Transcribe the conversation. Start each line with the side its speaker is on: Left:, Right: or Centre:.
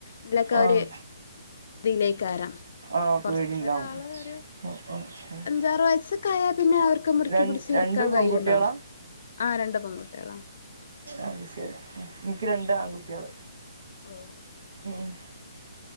Left: ഇല്ലൊക്കവര്
Right: ആഹ്
Left: <unintelligible> പക്ഷെ
Right: ആഹ്
Left: കൊറച്ചൊരാള്
Right: പേടിണ്ടാവും
Left: ഒരു
Right: ആഹ് ആഹ് ആഹ്
Left: അഞ്ചാറു വയസ്സക്കായാ പിന്നെ അവര്ക്ക് മുറുക്കി
Right: ര
Left: പിടിച്ചിരിക്കാ
Right: രണ്ട് പെൺകുട്ട്യാളാ
Left: കഴിയുവല്ലോ ആഹ് രണ്ട് പെൺകുട്ടികളാ
Right: അത് ശെരി എനിക്ക് രണ്ട് ആൺകുട്ടിയള്
Left: ഓഹ്
Right: ഉം